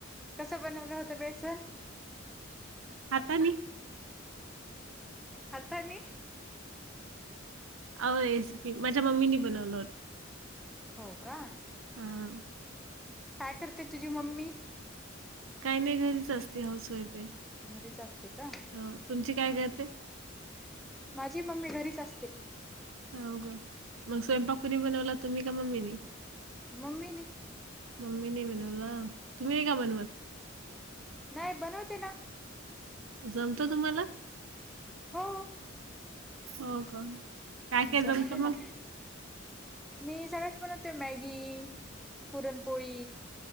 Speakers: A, in the centre; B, on the right (about 85°).
A: कसं बनवलं होतं बेसन?
B: हातानी.
A: हातानी.
B: आहो रेसिपी, माझ्या मम्मीनी बनवलं होतं.
A: हो का?
B: हा.
A: काय करते तुझी मम्मी?
B: काही नाही घरीचं असते, हाऊस वाईफ आहे.
A: घरीच असते का.
B: हो. तुमची काय करते?
A: माझी मम्मी घरीच असते.
B: हाव का मग स्वयंपाक कोणी बनवला तुम्ही का मम्मीनी.
A: मम्मीनी
B: मम्मीनी बनवला तुम्ही नाय का बनवतं?
A: नाय बनवते ना
B: जमत तुम्हाला
A: हो.
B: हो का. काय काय
A: जमते
B: जमतं
A: ना.
B: मग?
A: मी सगळेच बनवते मॅगी, पुरणपोळी